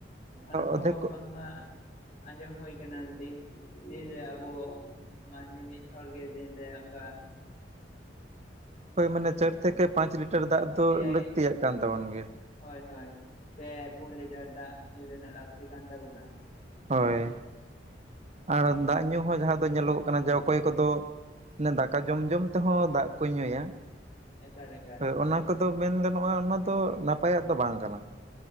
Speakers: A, on the left; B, on the right.
A: ᱚᱱᱟ ᱠᱚᱦᱚᱸ,
B: ᱚᱫᱷᱮᱠ
A: ᱵᱟᱝ ᱢᱟ ᱟᱸᱡᱚᱢ ᱦᱩᱭ ᱟᱠᱟᱱᱟ, ᱫᱤᱱ, ᱫᱤᱱᱨᱮ ᱟᱵᱚ ᱢᱟ, ᱱᱢᱤᱢᱤᱫ ᱦᱚᱲ ᱜᱮ, ᱫᱤᱱᱨᱮ ᱚᱱᱠᱟ
B: ᱦᱳᱭ ᱢᱟᱱᱮ ᱪᱟᱨ ᱛᱷᱮᱠᱮ ᱯᱟᱸᱪ ᱞᱤᱴᱟᱨ ᱫᱟᱜ ᱫᱚ
A: ᱮᱭᱟᱭ
B: ᱞᱟᱹᱠᱛᱤᱭᱟᱜ ᱠᱟᱱ ᱛᱟᱵᱚᱱ ᱜᱮᱭᱟ ᱾
A: ᱦᱳᱭ ᱦᱳᱭ ᱯᱮ ᱯᱩᱱ ᱞᱤᱴᱟᱨ ᱫᱟᱜ ᱧᱩ ᱨᱮᱱᱟᱜ ᱞᱟᱹᱠᱛᱤ ᱠᱟᱱ ᱛᱟᱵᱚᱱᱟ ᱾
B: ᱦᱳᱭ ᱟᱨ ᱫᱟᱜ ᱧᱩ ᱦᱚᱸ ᱡᱟᱦᱟ
A: ᱮᱠᱟᱞ
B: ᱫᱚ ᱧᱮᱞᱚᱜ ᱠᱟᱱᱟ ᱡᱮ ᱚᱠᱚᱭ ᱠᱚᱫᱚ ᱱᱮ ᱫᱟᱠᱟ ᱡᱚᱢ ᱡᱚᱢ ᱛᱮᱦᱚᱸ ᱫᱟᱜ ᱠᱚ ᱧᱩᱭᱟ
A: ᱮᱠᱟᱞ ᱮᱠᱟᱞ
B: ᱦᱳᱭ ᱚᱱᱟ
A: ᱚᱱᱠᱟ
B: ᱠᱚᱫᱚ ᱢᱮᱱ ᱜᱟᱱᱚᱜᱼᱟ ᱚᱱᱟ ᱫᱚ ᱱᱟᱯᱟᱭᱟᱜ ᱫᱚ ᱵᱟᱝ ᱠᱟᱱᱟ᱾